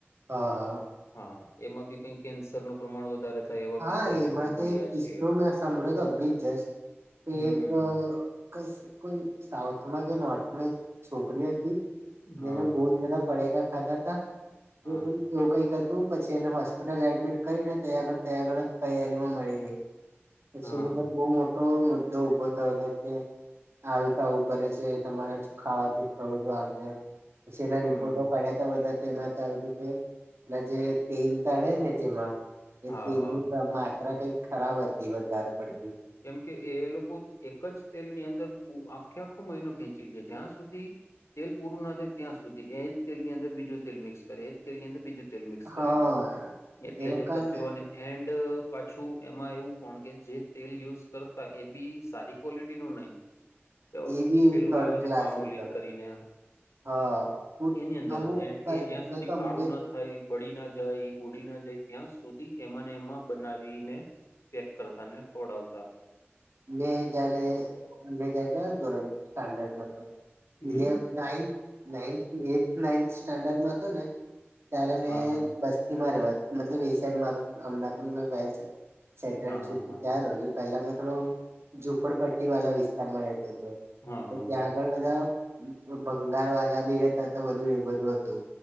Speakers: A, on the right (about 65°); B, on the left (about 80°).
A: હા હા.
B: હા, એમાં બી કઈ કેન્સરનું પ્રમાણ વધારે થાય એવા
A: હા
B: પ્રિઝર્વેટિવ
A: એમાં તો
B: મળ્યા
A: એક કિસ્સો
B: છે
A: મેં સાંભળેલો. બી જસ્ટ તો
B: હમ
A: એક અ કઈ કોઈ સાઉથમાં કે નોર્થમાં એક છોકરી હતી,
B: હા
A: જેણે બોજ બધા પડેકા ખાધા તા. તો
B: હા
A: એમ એવું કંઈક હતું પછી એને હોસ્પિટલ એડમિટ કરીને તઈ આગ, તૈ આગળ જ તૈયારીમાં મળી ગઈ. પછી
B: હા
A: એની પર બવ <unintelligible>
B: <inaudible>
A: <unintelligible> આવી રીતના આવું કરે છે તમારે છ, ખાવાથી થયુ છે આમ તેમ પછી એના
B: હમ
A: રિપોર્ટો કઢ્યાતા બધા. તેમાંથી આયુતું કે જે તેલ તળે ને જેમાં એ
B: હા
A: તેલની <unintelligible> માત્રા કઈક ખરાબ હતી વધારે પડતી.
B: કેમ કે એ એ લોકો એક જ તેલની અંદર પૂ આખે આખો મહિનો ખેંચી લે જ્યાં સુધી, તેલ પૂરું ના થાય ત્યાં સુધી, એ જ તેલની અંદર બીજું તેલ મિક્સ કરે એજ તેલની અંદર બીજું, તેલ મિક્સ
A: હા
B: કરે, એટલે
A: એ લોકોને
B: જે કચરોને, એન્ડ પાછું એમાં એવું પણ કે જે, તેલ યુઝ કરતા એ બી સારી ક્વોલિટીનું નઈ. તો
A: એ બી
B: પેલું
A: થર્ડ
B: આવે
A: ક્લાસ
B: છે, પામોલિન
A: એકદમ
B: કરીને.
A: હા હું
B: એની અંદર
A: અમુક
B: જ એ એ જ્યાં સુધી
A: મેં તો
B: કાળું
A: અમુક
B: ન, થાય, બળી ન જાય, ઉડી ન જાય, ત્યાં સુધી. એમાંને એમાં બનાવીને પેક કરતાને ખવડાવતા.
A: મેં જયારે અમે જાય <unintelligible> ધોરણ સ્ટાન્ડમાં તો,
B: હમ
A: ઈલેવ, નાઈન્થ, નાઈન્થ, એથ, નાઈન્થ સ્ટાન્ડર્ડમાં હતો ને, ત્યારે મેં
B: હા હા
A: બસ્તીમાં રહેવા મતલબ એ સાઈડ મારુ હમણાં તો <unintelligible> સેટલ
B: હા હા
A: છે કે
B: હા
A: ત્યાંર હજુ પેલા મેં થોડું, ઝોપડપટ્ટી વાલા વિસ્તારમાં રહેતો તો.
B: હા
A: તો
B: હા
A: ત્યાં,
B: હા
A: આગળ બધા ભંગારવાલા બી રેતા તા, બધું એ બધું હતું.